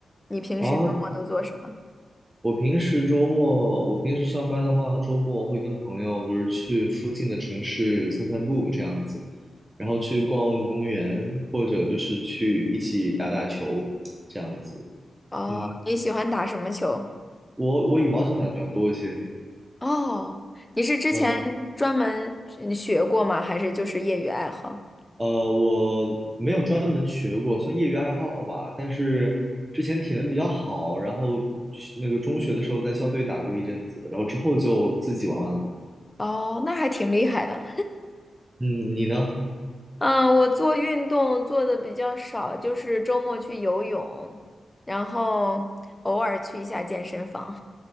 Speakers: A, on the left (about 20°); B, on the right (about 20°).
A: 你平时周末都做什么？
B: 啊，我平时周末，我平时上班的话，周末会跟朋友就是去附近的城市散散步这样子，然后去逛逛公园，或者就是去一起打打球这样子。
A: 哦，
B: 嗯，
A: 你喜欢打什么球？
B: 我我羽毛球打的比较多一些，
A: 哦，你是之前专门学过吗？
B: 嗯
A: 还是就是业余爱好？
B: 呃，我没有专门学过，算业余爱好吧。但是之前体能比较好，然后那个中学的时候在校队打过一阵子，然后之后就自己玩玩了。
A: 哦，那还挺厉害的。
B: 嗯，你呢？
A: 嗯，我做运动做的比较少，就是周末去游泳，然后偶尔去一下健身房。